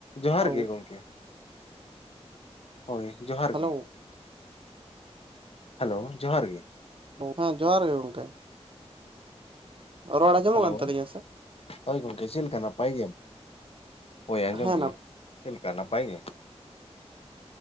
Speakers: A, on the left (about 60°); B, on the right (about 55°).
A: ᱡᱚᱦᱟᱨ
B: ᱦᱮᱞᱳ
A: ᱜᱮ ᱜᱚᱢᱠᱮ ᱦᱳᱭ ᱡᱚᱦᱟᱨ
B: ᱦᱮᱞᱳ
A: ᱜᱮ ᱦᱮᱞᱳ ᱡᱚᱦᱟᱨ ᱜᱮ
B: ᱦᱮᱸ ᱡᱚᱦᱟᱨ ᱜᱮ ᱜᱚᱝᱠᱮ ᱨᱚᱲ ᱟᱸᱡᱚᱢᱚᱜ
A: ᱦᱮᱞᱳ
B: ᱠᱟᱱ ᱛᱟᱹᱞᱤᱧᱟ ᱥᱮ
A: ᱦᱳᱭ ᱜᱚᱢᱠᱮ ᱪᱮᱫᱞᱠᱟ ᱱᱟᱯᱟᱭ ᱜᱮᱮ ᱦᱳᱭ ᱟᱸᱡᱚᱢ
B: ᱦᱮᱸ
A: ᱜᱮ ᱪᱮᱫᱠᱟ ᱱᱟᱯᱟᱭ ᱜᱮ